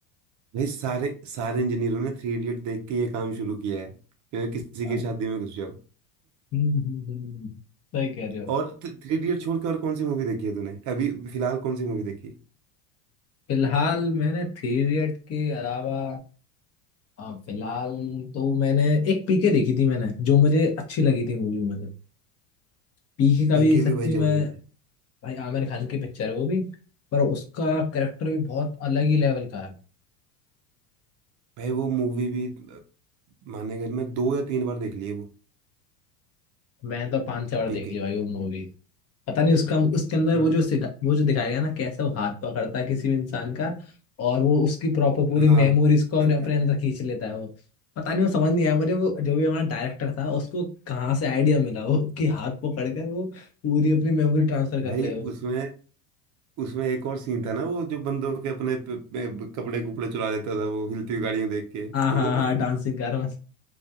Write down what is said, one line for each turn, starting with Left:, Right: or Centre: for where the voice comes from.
Right: भाई सारे सारे इंजीनियरों ने थ्री इडियट देख के ये काम शुरू किया है कि किसी
Left: हाँ,
Right: की शादी में घुस जाओ
Left: हम्म हम्म, हम्म, सही
Right: <laughs>
Left: कह रहे हो
Right: और थ्री इडियट छोड़ के और कौन सी मूवी देखी है तूने अभी फिलहाल कौन सी मूवी देखी
Left: फिलहाल मैंने थ्री इडियट के अलावा हाँ फिलहाल तो मैंने एक पीके देखी थी मैंने जो मुझे अच्छी लगी थी मूवी मुझे पीके का
Right: पीके
Left: भी सच्ची
Right: भी भाई जबरदस्त
Left: में
Right: है
Left: भाई आमिर खान की पिक्चर है वो भी पर उसका करेक्टर भी बहुत अलग ही लेवल का है
Right: भाई वो मूवी भी अ, मानेगा नहीं, मैं दो या तीन बार देख ली है वो
Left: मैं तो पांच छह बार
Right: पीके
Left: देख ली भाई वो मूवी पता नहीं उसका उसके अंदर
Right: पर
Left: वो जो सिखा वो जो दिखाया गया ना कैसे वो हाथ पकड़ता है किसी भी इंसान का और वो उसकी प्रॉपर पूरी मेमोरीज
Right: हाँ
Left: को
Right: <laughs>
Left: अपने अपने अंदर खींच लेता है वो पता नहीं वो समझ नहीं आया मुझे वो जो भी हमारा डायरेक्टर था उसको कहाँ से आइडिया मिला वो कि हाथ पकड़ कर वो पूरी अपनी मेमोरी ट्रांसफर कर
Right: भाई
Left: ले वो
Right: उसमें उसमें एक और सीन था ना वो जो बंदों के अपने प- प- कपड़े कुपड़े चुरा लेता था वो हिलती हुई गाड़ियां देख के
Left: हाँ हाँ
Right: वो
Left: हाँ डांसिंग
Right: <laughs>
Left: कार में